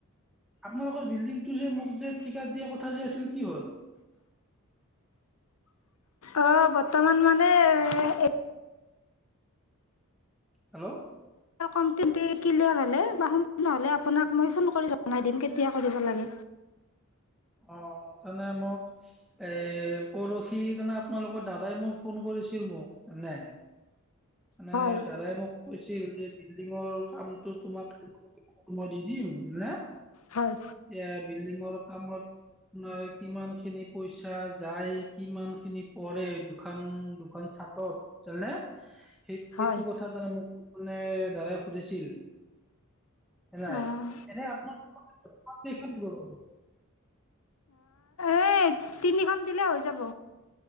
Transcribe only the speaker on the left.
অ বৰ্তমান মানে এ
<unintelligible> ক্লিয়াৰ হ'লে বা সম্পূৰ্ণ হ'লে আপোনাক মই ফোন কৰি জনাই দিম কেতিয়া কৰিব লাগে।
হয়
হয়
হয়
অঁ
এই তিনিখন দিলে হৈ যাব।